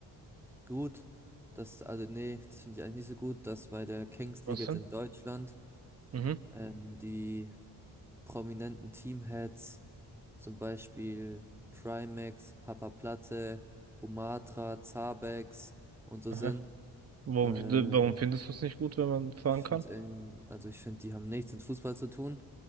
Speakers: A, in the centre; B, on the right.
A: gut, dass, also nee, das finde ich eigentlich nicht so gut, dass bei der Kings
B: Was
A: League jetzt
B: denn?
A: in Deutschland
B: Mhm.
A: ähm, die prominenten Teamheads Zum Beispiel Trimax, Papa Platte, Rumatra, Zabex und so
B: Aha.
A: sind.
B: Warum,
A: Ähm,
B: find- warum findest du es nicht gut, wenn man fahren
A: ich finde,
B: kann?
A: also ich finde, die haben nichts mit Fußball zu tun.